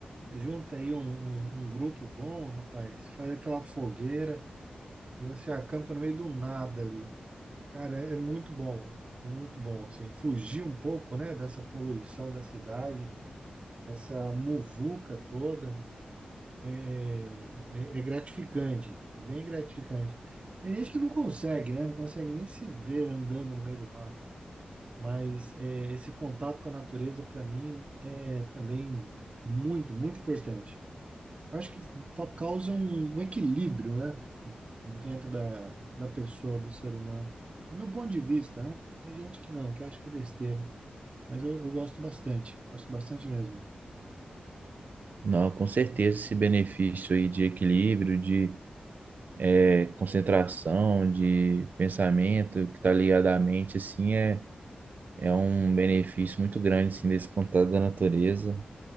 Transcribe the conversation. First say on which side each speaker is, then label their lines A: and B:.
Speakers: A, on the right; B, on the right.
A: Junta aí um, um- um grupo bom, rapaz, faz aquela fogueira e você acampa no meio do nada ali. Cara, é muito bom, é muito bom, assim, fugir um pouco, né, dessa poluição da cidade essa muvuca toda é, é, é gratificante, é bem gratificante. Tem gente que não consegue, né? Não consegue nem se ver andando no meio do mato, mas é, esse contato com a natureza, para mim, é também muito, muito importante. Acho que fa- causa um, um equilíbrio, né? Dentro da, da pessoa, do ser humano. Do meu ponto de vista, né? Tem gente que não, que acha que é besteira, mas eu, eu gosto bastante, gosto bastante mesmo.
B: Não, com certeza esse benefício aí de equilíbrio, de é, concentração, de pensamento que está ligado à mente, assim, é, é um benefício muito grande, assim, desse contato da natureza.